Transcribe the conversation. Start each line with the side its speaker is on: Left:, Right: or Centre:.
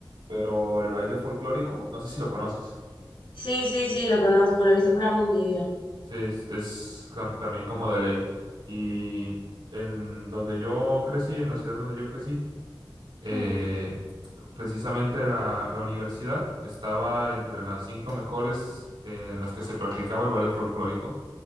Right: Pero el baile folclórico, no sé si lo conoces.
Left: sí, sí, sí, lo conozco, lo he visto por algún vídeo.
Right: Sí, es, es cam- también como de ley. Y en donde yo crecí, en la ciudad donde yo crecí,
Left: Hmm,
Right: eh, precisamente la, la universidad estaba entre las cinco mejores en las que se practicaba el ballet folclórico.